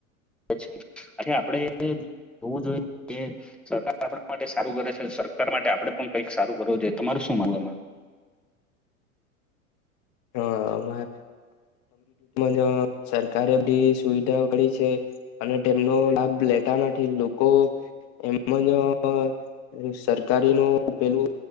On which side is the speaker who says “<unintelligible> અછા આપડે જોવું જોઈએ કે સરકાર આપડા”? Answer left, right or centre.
Centre